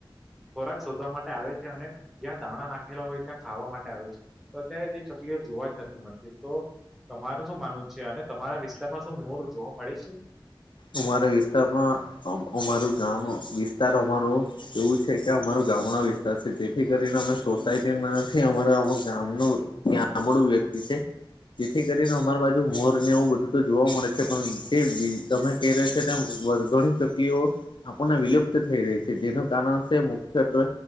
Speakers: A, in the centre; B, on the left (about 70°).
A: ખોરાક શોધવા માટે આવે છે અને જ્યાં દાણા નાખેલા હોય ત્યાં ખાવા માટે આવે છે તો અત્યારે તે ચકલીઓ જોવા જ નથી મળતી તો તમાર શું માનવું છે અને તમારા વિસ્તારમાં શું મોર જોવા મળે છે
B: અમારા વિસ્તારમાં અમારું ગામ વિસ્તાર અમારો એવું છે કે અમારો ગામડા વિસ્તાર છે જેથી કરીને અમે સોસાયટી અમા ગામ ન ત્યાં મળળું વ્યક્તિ છે જેથી કરીને અમાર બાજુ મોર ને એવું બધું તો જોવા મળે છે પણ જે તમે ક રશે ને વઘણી શકલીઓ આપણને વિલુપ્ત થઈ રહી છે જેનું કારણ છે મુખ્યત્વે